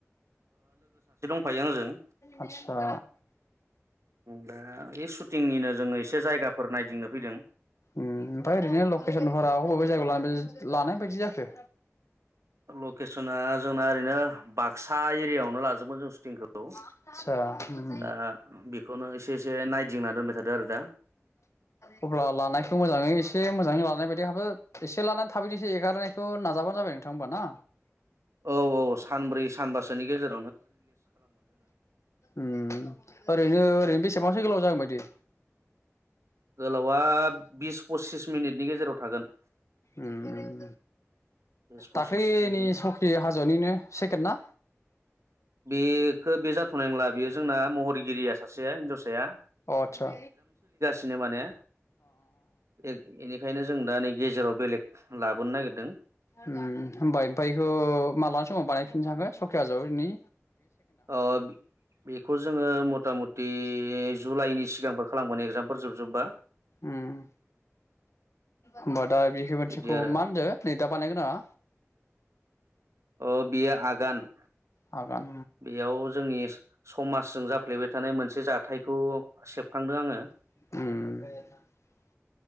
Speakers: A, on the right (about 70°); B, on the left (about 70°).
A: फायो आंजों
B: आत्सा
A: दा बे शुटिंनिनो जोङो एसे से जायगाफोर नायदिंनो फैदों।
B: ओम ओमफाय ओरैनो लकेसनफोरा अबे अबे जायगायाव लादो लानाय बायदि जाखो?
A: लकेसना जोंना ओरैनो बाक्सा एरियायावनो लाजोबगमोन जों स जोंखौ
B: आतसा उम
A: दा बेखौनो एसे एसे नायदिंना दोनबाय थादो आरो दा
B: अब्ला लानायखौ मोजाङै एसे मोजाङै लानाय बायदि हाबो एसे लानानै थाबैनो एसे हेगारनायखौ नाजाबानो जाबाय नोंथां होमबा ना?
A: औ औ सानब्रै सानबासोनि गेजेराव
B: उम्म ओरैनो ओरैनो बेसेबांसो गोलाव जागोन बायदि?
A: गोलावा बिस पसिस मिनिटनि गेजेराव थागोन।
B: होम
A: बिस पसिस
B: दाख्लैनि
A: बिदिनो
B: सावख्रि हाजोनिनो सेकेन्द ना?
A: बेखौ बे जाथ'नाय नंला बेयो जोंना महरगिरिया सासेया हिनजावसाया
B: अ आतसा
A: सिनो माने ए-एनिखायनो जों दा नै गेजेराव बेलेग लाबोनो नागिरदों
B: होम होमबाय ओमफाय हो माला समाव बानायफिननो <unintelligible> सकियाज' बिनि
A: ओ बेखौ जोंङो मता मत दि जुलाइनि सिगांफोर खालामगोन एगजामफोर जोब जोब्बा।
B: उम होमबा दा बेह मोनसेखौ
A: बिदि आरो
B: मा होनदो नै दा बानायनो गोनाङा?
A: अ बियो आगान
B: हागोन
A: बेयाव जोंनि समाजजों जाफ्लेबाय थानाय मोनसे जाथायखौ सेबखांदों आङो।
B: उम